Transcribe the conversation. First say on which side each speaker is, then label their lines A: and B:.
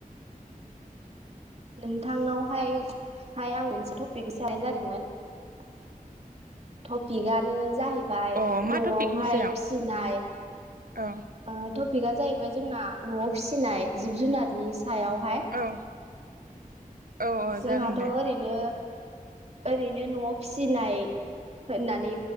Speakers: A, on the right; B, on the right.
A: नोंथांनावहाय हाय आं मोनसे टपिक <unintelligible> जादोंमोन । टपिकआनो जाहै बाय
B: अ मा
A: न'आवहाय
B: टपिकनि सायाव
A: फिसिनाय
B: औ
A: आ ट' पिकआ जाहैबाय जोंना न'आव फिसिनाय जिब जुनारनि सायावहाय ।
B: औ औ औ
A: जोंहाथ'
B: जागोन दे
A: ओरैनो ओरैनो न'आव फिसिनाय होननानै